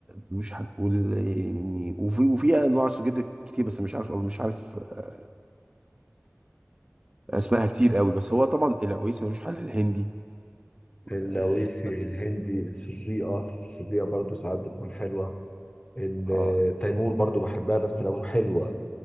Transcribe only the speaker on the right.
مش هنقول يعني وفي وفي انواع سجاد كتير بس مش عارف او مش عارف آه، اسمائها كتير قوي بس هو طبعا العويس ملوش حل الهندي
اه,
آه.